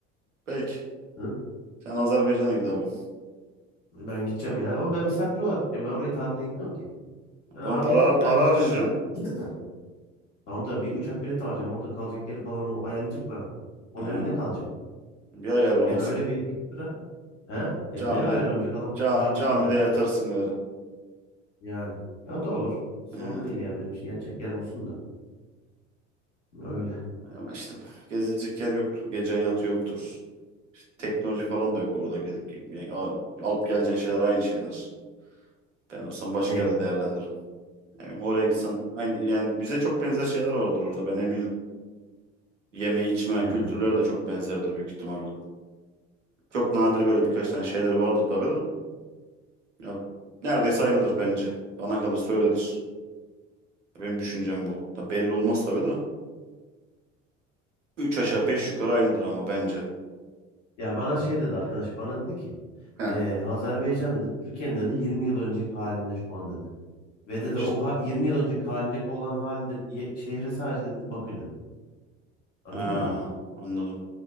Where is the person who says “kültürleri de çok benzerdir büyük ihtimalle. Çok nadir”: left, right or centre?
Right